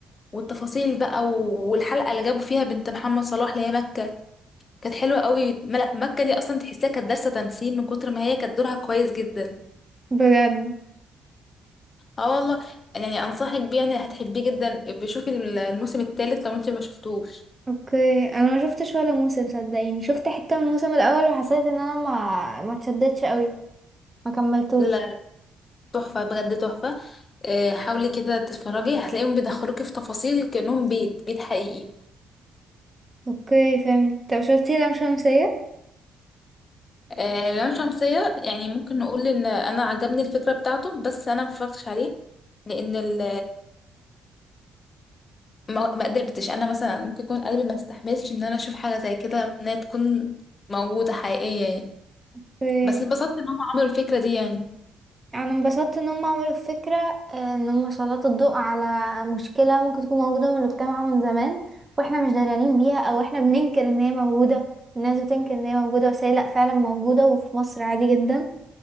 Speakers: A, on the left; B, on the right.
A: والتفاصيل بقى و- والحلقه اللي جابوا فيها بنت محمد صلاح اللي هي مكه كانت حلوة قوي ملا- مكة دي اصلا تحسها كانت دارسة تمثيل من كتر ما هي كانت دورها كويس جدا
B: بجد
A: اه والله يعني انصحك بيه يعني هتحبيه جدا بشوفي الم- الموسم الثالث لو انت ما شفتوش
B: اوكي انا ما شفتش ولا موسم صدقيني شفت حتة من الموسم الاول وحسيت ان انا ما ما اتشدتش قوي ما كملتوش
A: لا تحفة بجد تحفة آه، حاولي كده تتفرجي هتلاقيهم بيدخلوكي في تفاصيل كأنهم بيت بيت حقيقي
B: اوكي فهمت طب شفتي لام شمسية
A: آه، لام شمسية يعني ممكن نقول ان انا عجبني الفكرة بتاعته بس انا ما اتفرجتش عليه لان ال ما ما قدرتش انا مثلا ممكن يكون قلبي ما استحملش ان انا اشوف حاجة زي كده انها تكون موجودة حقيقية يعني
B: اوكي
A: بس اتبسطت ان هم عملوا الفكرة دي يعني
B: يعني انبسطت ان هم عملوا الفكرة آه، ان هم سلطوا الضوء على مشكلة ممكن تكون موجودة من المجتمع من زمان واحنا مش درانين بيها او احنا بننكر ان هي موجودة الناس بتنكر ان هي موجودة بس هي لا فعلا موجودة وفي مصر عادي جدا